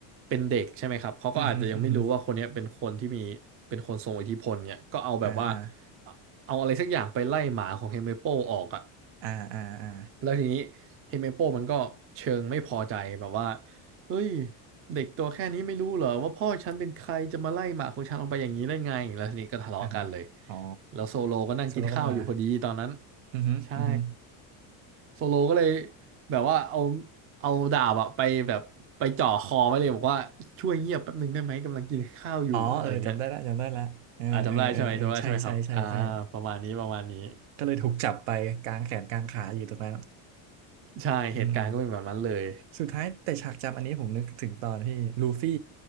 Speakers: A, on the right; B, on the right.
A: เป็นเด็กใช่ไหมครับเขาก็อาจจะยังไม่รู้ว่าคนเนี้ยเป็นคนที่มีเป็นคนทรงอิทธิพลเนี่ยก็เอาแบบว่า
B: อืมฮึอืมฮึอ่าอ่า
A: เอาอะไรสักอย่างไปไล่หมาของเฮเมโปออกอ่ะ
B: อ่าอ่าอ่า
A: แล้วทีนี้เฮเมโปมันก็เชิงไม่พอใจแบบว่าเฮ้ยเด็กตัวแค่นี้ไม่รู้เหรอว่าพ่อฉันเป็นใครจะมาไล่หมาของฉันออกไปอย่างนี้ได้ไงแล้วทีนี้ก็ทะเลาะกันเลย
B: อ่าฮะอ๋อ
A: แล้วโซโลก็นั่งกินข้าวอยู่พอดีตอนนั้น
B: โซโลก็มาอืมฮึอืมฮึ
A: ใช่โซโลก็เลยแบบว่าเอาเอาดาบอะไปแบบไปจ่อคอไว้เลยบอกว่าช่วยเงียบแป๊บหนึ่งได้ไหมกำลังกินข้าวอยู่อะไรเงี้ย
B: อ๋อเออจำได้ละจำได้ละเออเออเออเออใช่ใช่ใช่ใช่
A: อ่าจำได้ใช่ไหมจำได้ใช่ไหมครับอ่าประมาณนี้ประมาณนี้
B: ก็เลยถูกจับไปกลางแขนกลางขาอยู่ตรงนั้น
A: ใช่เหตุการณ์ก็เป็นแบบนั้นเลย
B: อืม สุดท้ายแต่ฉากจำอันนี้ผมนึกถึงตอนที่ลูฟี่